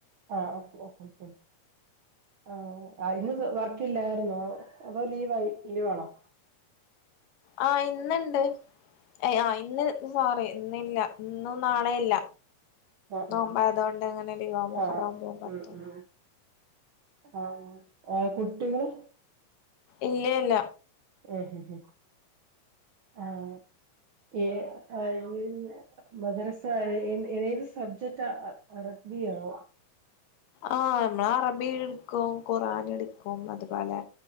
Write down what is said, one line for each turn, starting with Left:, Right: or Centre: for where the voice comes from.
Right: ആഹ് ഓക്കെ ഓക്കെ മ്മ് മ്മ് ആഹ് ഇന്ന് വർക്കല്ലായിരുന്നോ അതോ ലീവായി ലീവ് ആണോ?
Left: ആഹ് ഇന്ന് ഇണ്ട് ഏഹ് ആഹ് ഇന്ന് സോറി ഇന്നില്ല. ഇന്നും നാളെയും ഇല്ല.
Right: ആഹ്
Left: നോമ്പായതുകൊണ്ട്
Right: ആഹ് ആഹ്
Left: അങ്ങനെ ലീവാവുന്നെ ഹറാ
Right: ആഹ് ആഹ്
Left: പോവും പത്തും
Right: ഉം ഉം ആഹ് ആഹ് കുട്ടികള്
Left: ഇല്ല ഏല.
Right: മ്മ് ഹ് ഹ് ഹ് ആഹ്. ഏഹ് എയ് മദ്രസ ഏഹ് ഏത് സബ്ജക്റ്റ അറബ് ബിയാവോ.
Left: ആഹ് അമ്മളറബി ട്ക്കും. ഖുർആനിട്ക്കും അത്പോലെ